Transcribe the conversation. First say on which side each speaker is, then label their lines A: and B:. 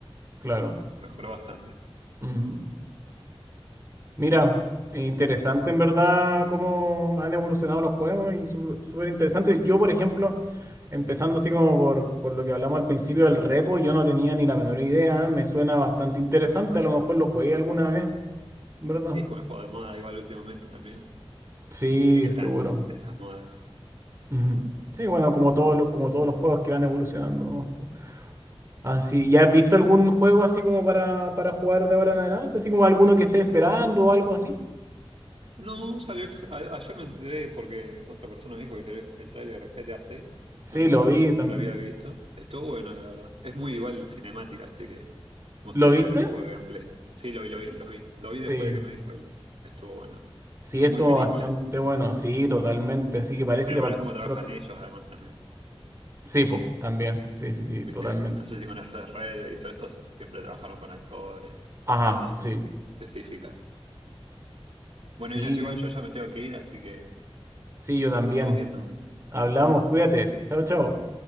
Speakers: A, on the right; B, on the right.
A: claro.
B: pero bueno, mejoró bastante.
A: Mm. Mira, eh, interesante en verdad cómo han evolucionado los juegos y su- súper interesante. Yo, por ejemplo, empezando así como por, por lo que hablamos al principio del repo, yo no tenía ni la menor idea. Me suena bastante interesante. A lo mejor lo jugué alguna vez, ¿verdad?
B: Y es como el juego de moda igual últimamente también.
A: Sí,
B: Viste que
A: seguro.
B: están esas modas.
A: Ujú. Sí, bueno, como todos los, como todos los juegos que van evolucionando nomás, po. Así, ¿ya has visto algún juego así como para, para jugar de ahora en adelante? Así como alguno que esté esperando o algo así.
B: No, salió el- a- ayer me enteré porque otra persona me dijo que salió el tráiler de GTA 6.
A: Sí,
B: No,
A: lo
B: no, no,
A: vi
B: no
A: también.
B: lo había visto. Estuvo bueno, la verdad. Es muy igual cinemática, así que me gustaría
A: ¿Lo viste?
B: ver un poco de gameplay. Sí, lo vi, lo vi, lo vi. Lo vi después
A: Sí.
B: de que me dijo él. Estuvo bueno.
A: Sí,
B: Es
A: estuvo
B: muy película.
A: bastante bueno. Sí, totalmente. Así que parece
B: Pero
A: que
B: bueno,
A: para
B: es
A: el
B: como trabajan
A: próximo.
B: ellos además también.
A: Sí, pues, también. Sí, sí, sí,
B: Viste,
A: totalmente.
B: no sé si conoces Red y todo esto, siempre trabajaron con actores,
A: Ajá,
B: tomas
A: sí.
B: muy específicas.
A: Sí,
B: Bueno, Inés, igual yo ya me tengo que ir, así que
A: sí, yo
B: nos
A: también.
B: estamos viendo.
A: Hablamos, cuídate. Chao, chao.